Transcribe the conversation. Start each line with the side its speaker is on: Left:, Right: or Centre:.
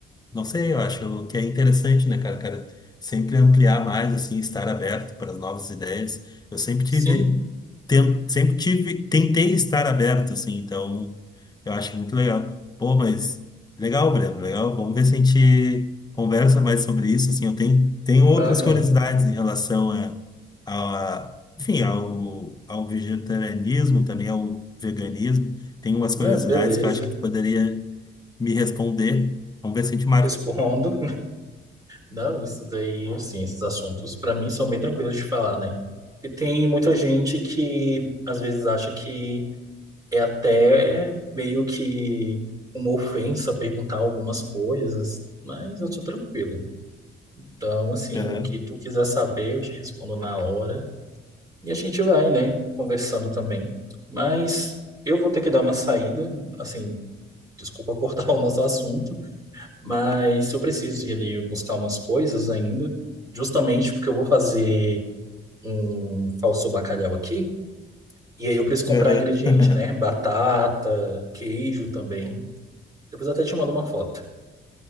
Left: não sei, eu acho que é interessante, né, cara, cara, sempre ampliar mais, assim, estar aberto para as novas ideias. Eu sempre tive,
Right: Sim,
Left: ten- sempre tive, tentei estar aberto, assim, então eu acho muito legal. Pô, mas legal, Breno, legal. Vamos ver se a gente conversa mais sobre isso, assim, eu tenho, tenho outras
Right: aham.
Left: curiosidades em relação a, a enfim, ao, ao vegetarianismo, também ao veganismo. Tem umas curiosidades
Right: Ah, beleza.
Left: que eu acho que tu poderia me responder. Vamos ver se a gente marca
Right: Respondo. Não, isso daí, assim, esses assuntos para mim são bem tranquilos de falar, né? E tem muita gente que às vezes acha que é até meio que uma ofensa perguntar algumas coisas, mas eu sou tranquilo. Então, assim,
Left: Aham,
Right: o que tu quiser saber, eu te respondo na hora e a gente vai, né, conversando também. Mas eu vou ter que dar uma saída, assim, desculpa cortar <laughs> o nosso assunto, mas eu preciso ir ali buscar umas coisas ainda, justamente porque eu vou fazer um falso bacalhau aqui. E aí eu preciso comprar
Left: aham.
Right: ingrediente,
Left: <laughs>
Right: né? Batata, queijo também. Depois eu até te mando uma foto.